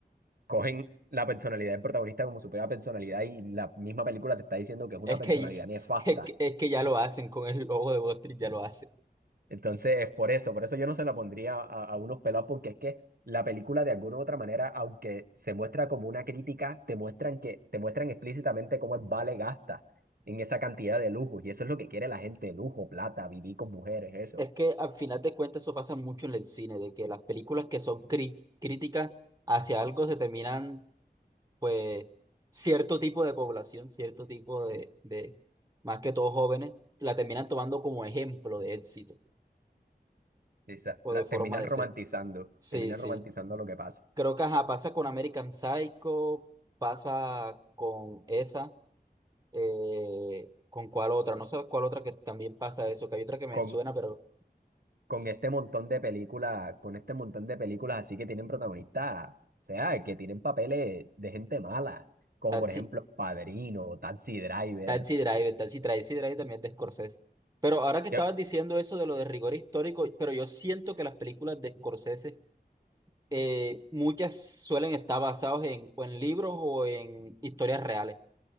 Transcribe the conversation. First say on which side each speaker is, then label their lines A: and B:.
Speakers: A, on the right; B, on the right.
A: Cogen la personalidad del protagonista como su propia personalidad y la misma película te está diciendo que es una
B: Es
A: personalidad
B: que, <laughs>
A: nefasta.
B: es que, es que ya lo hacen con el logo de Wall Street, ya lo hacen.
A: Entonces, por eso, por eso yo no se la pondría a, a unos pelados, porque es que la película de alguna u otra manera, aunque se muestra como una crítica, te muestran que, te muestran explícitamente cómo es vale gasta en esa cantidad de lujos. Y eso es lo que quiere la gente, lujo, plata, vivir con mujeres, eso.
B: Es que al final de cuentas eso pasa mucho en el cine, de que las películas que son cri- críticas hacia algo se terminan pues cierto tipo de población, cierto tipo de, de, más que todos jóvenes, la terminan tomando como ejemplo de éxito
A: Esa-
B: o
A: la,
B: de forma
A: terminan
B: de
A: romantizando,
B: ser. Sí,
A: terminan
B: sí.
A: romantizando lo que pasa.
B: Creo que ajá, pasa con American Psycho, pasa con esa, eh, con cuál otra, no sé cuál otra que también pasa eso, que hay otra que me
A: Con,
B: suena, pero
A: con este montón de películas, con este montón de películas así que tienen protagonistas, o sea, que tienen papeles de gente mala, como
B: Taxi,
A: por ejemplo Padrino, Taxi Driver.
B: Taxi Driver, Taxi, Taxi Driver también es de Scorsese. Pero ahora que estabas
A: Que
B: diciendo eso de lo de rigor histórico, pero yo siento que las películas de Scorsese eh, muchas suelen estar basadas en, o en libros o en historias reales.